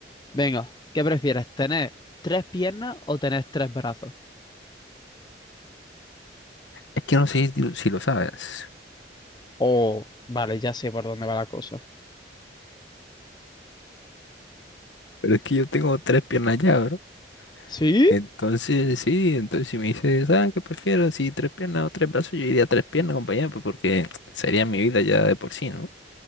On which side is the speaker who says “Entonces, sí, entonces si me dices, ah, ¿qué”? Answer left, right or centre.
Left